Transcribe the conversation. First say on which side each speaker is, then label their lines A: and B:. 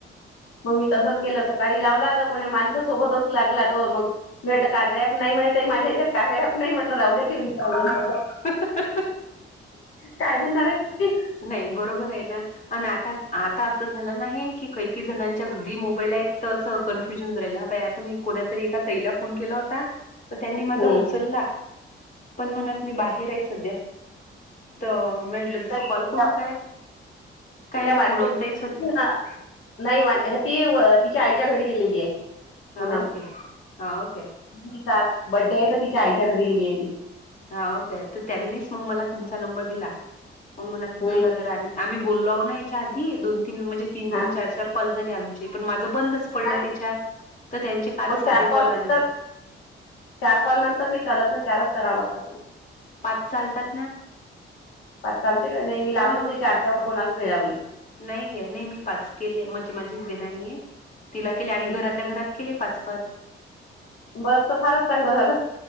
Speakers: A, on the left; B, on the left.
A: मग मी
B: म्हणून
A: तसंच केलं‌, सकाळी लावला तर कोणी माणससोबतच लागला तो. मग मी म्हटलं कार्या ॲप नाही म्हणे, ताई माझ्या याच्यात कार्या ॲप नाही म्हटलं राहू द्या. <unintelligible>
B: <unintelligible>
A: काय म्हणणार आहे की ती
B: नाही बरोबर आहे ना, पण आता आता असं झालं ना हे. की काही काही जणांच्या घरी मोबाईल आहेत, तर असं कन्फ्युजन राहिलं. बाई आता मी कोणातरी एका ताईला फोन केला त्यांनी माझा
A: हम्म
B: उचलला पण, म्हणत मी बाहेर आहे सध्या. तर म्हटलं दुसरं
A: नाही
B: कॉल करू
A: त्या
B: काय? काय
A: त्या वारके
B: पूनम ताईच होते
A: <unintelligible> नाही ती तिच्या आईच्या घरी गेलेली आहे.
B: हा
A: पूनम
B: ओके, हा ओके.
A: तिचा आज बड्डे आहे, तर तिच्या आईच्या घरी गेली आहे ती.
B: हाव काय? तर त्यांनीच मग मला तुमचा नंबर दिला. मग म्हणत
A: हम्म
B: तुला जर आम्ही बोललो आहो ना याच्या आधी. दोन, तीन म्हणजे तीन तीन,
A: हा
B: चार चार कॉल झाले आमचे, पण माझं बंदच पडलं
A: नाही
B: त्याच्यात. तर त्यांचे काल
A: मग
B: साधे
A: चार
B: कॉल आले होते.
A: तर चार कॉल नंतर नाही चालत ना, चारच करावं लागतात ना.
B: पाच चालतात ना
A: पाच चालते का नाही? मी लावलेच
B: हा
A: नाही चारच्या व कोणालाच नाही लावले.
B: नाही काय नाही मी पाच केले म्हणजे माझीच देवरानी आहे. तिला केले आम्ही घरातल्या घरात केले पाच पाच.
A: बघ तर फारच चांगलं झालं.